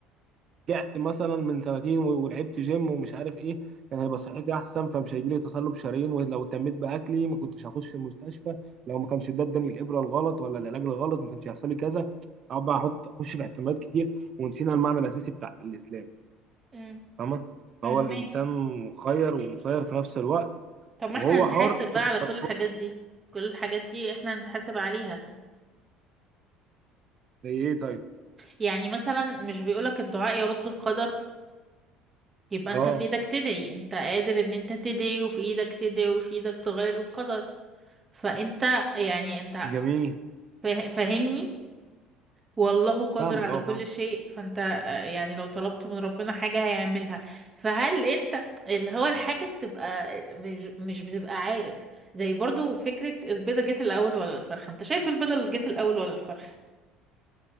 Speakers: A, on the right; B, on the right.
A: رجعت مثلا من سنتين و- ولعبت جيم ومش عارف ايه كان هيبقى صحتي احسن فمش هيجيلي تصلب شرايين ولو اهتميت باكلي ما كنتش هخش المستشفى لو ما كانش ده اداني الابره الغلط ولا العلاج الغلط ما كانش هيحصل لي كذا اقعد بقى احط اخش في احتمالات كتير ونسينا المعنى الاساسي بتاع الاسلام
B: مم.
A: فاهمه
B: فاهمين
A: فهو الانسان مخير ومسير في نفس الوقت
B: طب ما
A: وهو
B: احنا نتحاسب
A: حر في
B: بقى
A: تصرفاته
B: على كل الحاجات دي كل الحاجات دي احنا نتحاسب عليها
A: زي ايه طيب
B: يعني مثلا مش بيقولك الدعاء يرد القدر يبقى انت
A: اه
B: في ايدك تدعي انت قادر ان انت تدعي وفي ايدك تدعي وفي ايدك تغير القدر فانت يعني انت
A: جميل
B: فا- فاهمني والله قادر
A: فاهمك
B: على
A: اه
B: كل
A: فاهم
B: شيء فانت آه، يعني لو طلبت من ربنا حاجة هيعملها فهل انت اللي هو الحاجة بتبقى مش, مش بتبقى عارف زي برضو فكرة البيضة جت الأول ولا الفرخة انت شايف البيضة اللي جت الأول ولا الفرخة